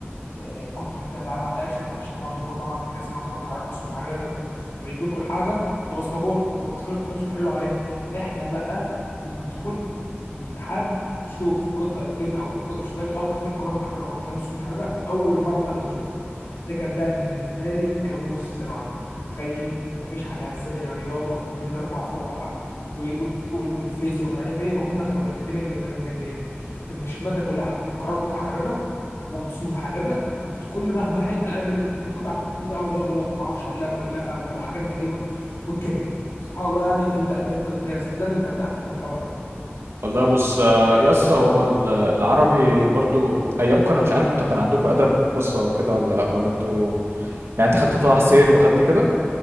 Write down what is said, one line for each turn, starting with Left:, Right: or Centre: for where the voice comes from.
Left: آه، كنتوا مدلعين على الاخر ما فيش طبعا عندكم طبعا حاجه اسمها قراءه متحرره نص متحرر تبقى يجي لكم الحاجه تبصمجوها وتخشوا تحلوا عليها احنا بقى بندخل الامتحان نشوف قطعتين او ك- مش فاكر اه قطعتين قراءه متحرره وقطعتين نص متحرره اول مره في حياتنا نشوفها ده كان بقى بالنسبه لي الكابوس في ثانويه عامه تخيل مفيش حاجه هزاني لا رياضه بالاربع فروعها و- وال- وال- والفيزياء ومش عارف ايه هم كانوا مادتين اللي كانوا مجننني مش الماده كلها حتى القراءه المتحرره ونص متحرره كنت كل مهما احل اقابل قطعه جديده اقعد اغلط وما اعرفش احلها كلها وحاجات غريبه والكيمياء سبحان الله يعني انت انت انت أنت- صدقني انت ارتحت انت من الحوار ده
Right: والله بص آه، يس هو ال- العربي برضو ايامكم انا مش عارف انت كان عندكم ادب قصه وكده ولا لا ولا انتوا يعني انت خدت طه
Left: خدناها
Right: حسين وخدت كده